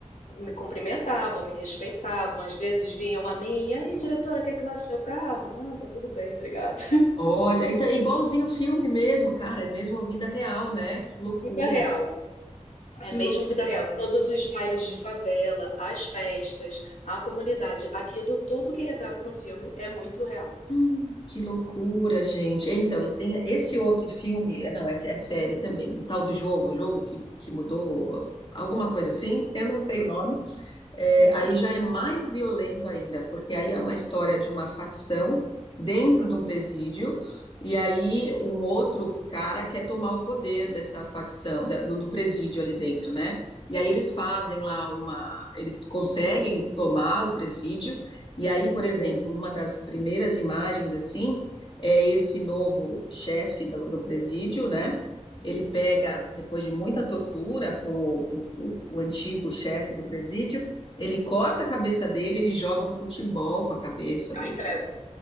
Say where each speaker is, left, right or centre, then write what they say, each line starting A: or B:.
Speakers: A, on the left; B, on the left.
A: me cumprimentavam, me respeitavam, às vezes vinham a mim, e aí, diretora, quer que lave seu carro? Não, tá tudo bem, obrigada. <laughs>
B: Olha, então é igualzinho o filme mesmo, cara, é mesmo a vida real, né? Que loucura,
A: Vida real, é
B: que
A: mesmo
B: loucura,
A: vida real. Todos os bailes de favela, as festas, a comunidade, aquilo, tudo que retrata no filme é muito real.
B: Hum, que loucura, gente. Então, e tem esse outro filme, é, não, é, é série também, do tal do jogo, o jogo que, que mudou, alguma coisa assim, eu não sei o nome, é,
A: Uhum.
B: aí já é mais violento ainda, porque aí é uma história de uma facção dentro de um presídio, e aí um outro cara quer tomar o poder dessa facção, da- do, do presídio ali dentro, né? E aí eles fazem lá uma. Eles conseguem tomar o presídio, e aí, por exemplo, uma das primeiras imagens assim é esse novo chefe do, do presídio, né? Ele pega, depois de muita tortura com o, o o antigo chefe do presídio, ele corta a cabeça dele, ele joga um futebol com a cabeça
A: Ai,
B: do.
A: credo,